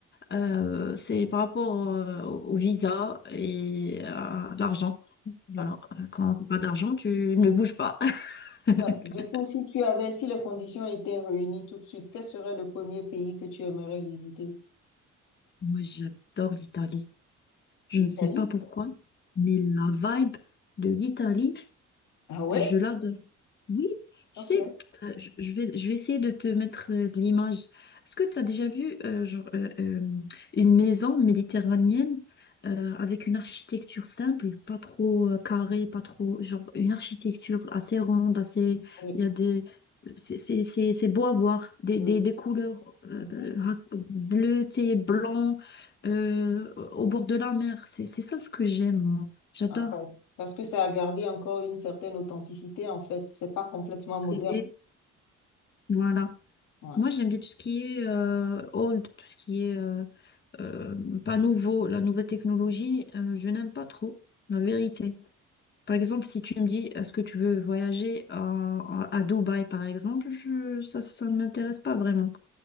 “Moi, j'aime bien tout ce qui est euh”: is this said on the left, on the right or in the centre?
Left